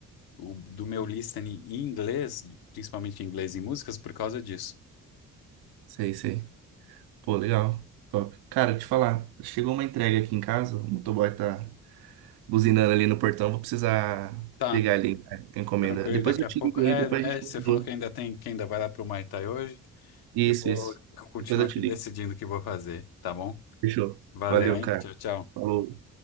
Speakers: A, on the left; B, on the right.
A: o- do meu listening em inglês, principalmente em inglês e músicas, por causa disso.
B: sei, sei. Pô, legal. Top. Cara, te falar, chegou uma entrega aqui em casa, o motoboy tá buzinando ali no portão, vou precisar
A: Tá,
B: pegar ali né, a encomenda.
A: tranquilo,
B: Depois
A: daqui
B: eu
A: a
B: te
A: pouco.
B: ligo
A: É,
B: aí, depois a gente
A: é,
B: continua.
A: você falou que ainda tem, que ainda vai lá pro Muay Thai hoje.
B: Isso,
A: Eu vou
B: isso.
A: continuar
B: Depois eu
A: aqui
B: te ligo.
A: decidindo o que vou fazer, tá bom?
B: Fechou.
A: Valeu,
B: Valeu,
A: hein?
B: cara.
A: Tchau, tchau.
B: Falou.